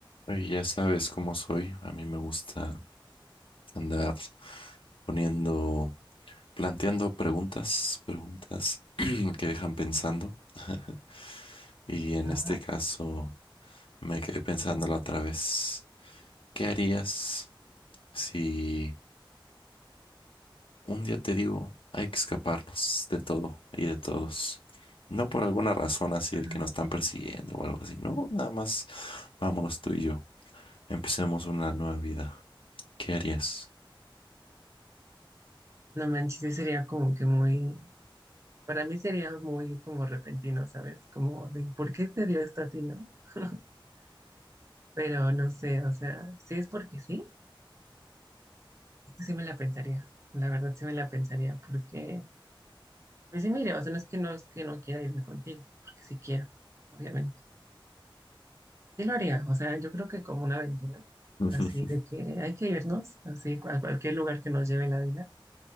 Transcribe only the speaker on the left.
Oye, ya sabes cómo soy. A mí me gusta andar poniendo, planteando preguntas, preguntas <clears throat> que dejan pensando. <laughs> Y en
este caso me quedé pensándolo otra vez. ¿Qué harías si un día te digo hay que escaparnos de todo y de todos? No por alguna razón así
de que nos están persiguiendo o algo así. No, nada más vámonos tú y yo. Empecemos una nueva vida. ¿Qué harías?
<laughs>